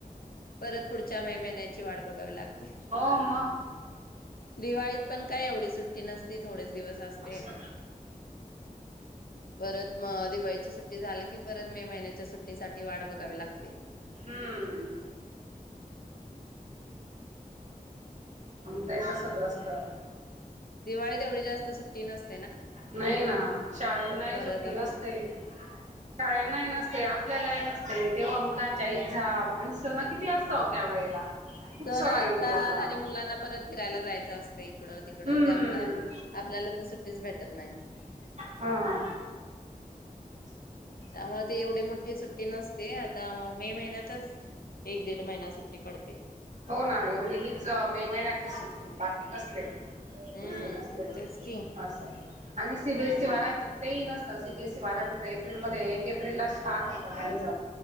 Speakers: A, on the left (about 80°); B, on the right (about 55°).
A: परत पुढ- च्या मे महिन्याची वाट बघावी लागते.
B: हो मग
A: दिवाळीत पण काय एवढी सुट्टी नसती थोडेच? दिवस असते
B: असं
A: परत म दिवाळी- ची सुट्टी झाली की, परत मे महिन्याच्या सुट्टी साठी वाढ बघावी लागते.
B: हम्म आमचं ही तसच असतं.
A: दिवाळी तेवढी जास्त सुट्टी नस-
B: नाही ना शाळेंना ही
A: परत
B: सुट्टी
A: आपलं
B: नसते शाळांनाही नसते, आपल्यालाही नसते. ते तेव्हा मुलांच्या एक्झाम आणि सणं किती असत ओ त्या वेळेला. खूप
A: सण आता
B: येऊन जाताना
A: झाले मुलांना परत फिरायला जायचं असत इकडं ती कडं
B: हम्म
A: त्यामुंळ आपल्याला तर सुट्टीच भेटत नाही.
B: हा हा अच्छा अच्छा
A: त्यामुळ ती एवढी मोठ्ठी सुट्टी नसते, आता मे महिन्यातच एक दीड महिना सुट्टी पडते.
B: हो ना एवढी हीच मे महिन्यातली सुट्टी, बाकी कसली.
A: हम्म
B: <unintelligible>
A: तेच की
B: आस आणि सीबीएससी वाल्यांचं तर तेही नसतं सीबीएसी वाल्यांचं एप्रिलमध्ये एक एप्रिलला स्टार्ट होतं त्यांच.